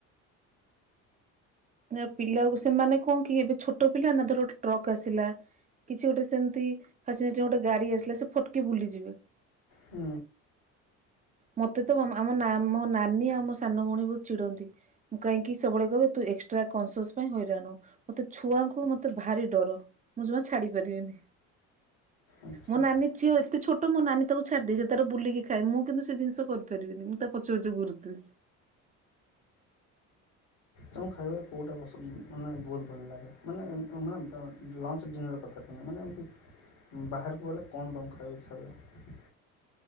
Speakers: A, on the right; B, on the left.
A: ନା ପିଲା ସେମାନେ କଣ କି ଏବେ ଛୋଟ ପିଲା ନା ଧର ଗୋଟେ ଟ୍ରକ୍ ଆସିଲା କିଛି ଗୋଟେ ସେମତି ଗୋଟେ ଗାଡି ଆସିଲା ସେ ଫଟକି ବୁଲିଯିବେ।
B: ହଁ।
A: ମତେ ତ ଆମ ମୋ ନାନୀ ଆଉ ମୋ ସାନ ଭଉଣୀ ବହୁତ ଚିଡନ୍ତି ମୁଁ କାହିଁକି ସବୁବେଳେ କହିବେ ତୁ ଏକ୍ସଟ୍ରା କନସିସ ପାଇଁ ହଇରାଣୁ ମୋତେ ଛୁଆଙ୍କୁ ମତେ ଭାରି ଡର ମୁଁ ଯମା ଛାଡି ପାରିବିନି।
B: ଆଚ୍ଛା
A: ମୋ ନାନୀ ଝିଅ ସେ ଛୋଟ ମୋ ନାନୀ ତାକୁ ଛାଡ଼ି ଦେଇେ ତାର ବୁଲିକି ଖଏ ମୁଁ କିନ୍ତୁ ସେ ଜିନିଷ କରିପାରିବିନି ମୁଁ ତା ପଛ ପଚ ଗୁରୁତି
B: ତମ ଖାଇବାରେ କଉଟା ମାନେ ବହୁତ ଭଲ ଲାଗେ ମାନେ ମାନେ ଲଞ୍ଚ ଡିନର କଥା କୁହୁନି ମାନେ ଏମିତି ବାହାରକୁ ଗଲେ କଣ କଙ୍କୁ ଖାଇବାକୁ ଇଚ୍ଛା